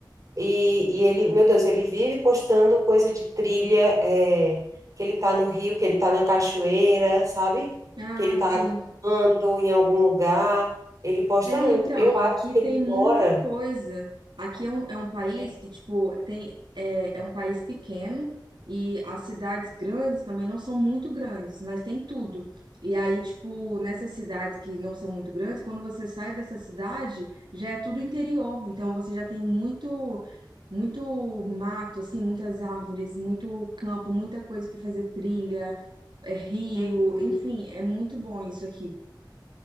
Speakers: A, on the right (about 40°); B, on the right (about 65°).
A: E, e ele, meu Deus, ele vive postando coisa de trilha, é, que ele tá no rio, que ele tá na cachoeira, sabe?
B: Ah,
A: Que ele tá
B: sim.
A: andando em algum lugar. Ele posta
B: É,
A: muito.
B: então,
A: Eu acho
B: aqui
A: que
B: tem
A: ele
B: muita
A: mora.
B: coisa. Aqui é um, é um país
A: é,
B: que, tipo, tem, é, é um país pequeno e as cidades grandes também não são muito grandes, mas tem tudo. E aí, tipo, nessas cidades que não são muito grandes, quando você sai dessa cidade, já é tudo interior. Então, você já tem muito, muito mato, assim, muitas árvores, muito campo, muita coisa para fazer trilha, é rio,
A: uhum.
B: enfim, é muito bom isso aqui.